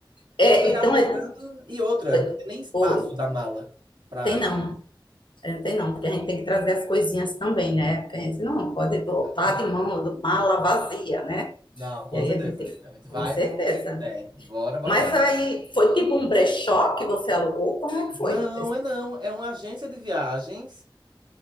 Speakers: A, on the left; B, on the right.
A: é,
B: E aí
A: então
B: alugando.
A: é.
B: E outra,
A: é,
B: não tem nem espaço
A: Oi,
B: da mala pra
A: tem não. É, tem não, porque a gente tem que trazer as coisinhas também, né? Porque a gente não pode voltar
B: casaco.
A: de mão, de mala vazia, né?
B: Não, com
A: E aí
B: certeza.
A: a gente tem,
B: A gente vai
A: com certeza.
B: como. É, bora, bora,
A: Mas
B: bora.
A: aí foi tipo um brechó que você alugou? Como é que foi?
B: Não, é não. É uma agência de viagens.